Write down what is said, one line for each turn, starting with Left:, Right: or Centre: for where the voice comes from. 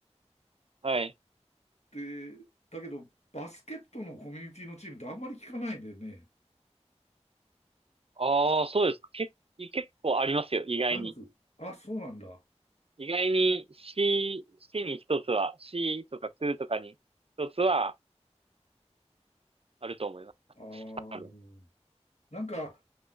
Right: はい。
Left: で、だけど、バスケットのコミュニティのチームってあんまり聞かないんだよね。
Right: ああ、そうですか。け、結構ありますよ、意外に。
Left: ありますあ、そうなんだ。あ
Right: 意外に C、C に一つは、C とか Q とかに一つはあると思います。
Left: あ、
Right: 多分
Left: なんか、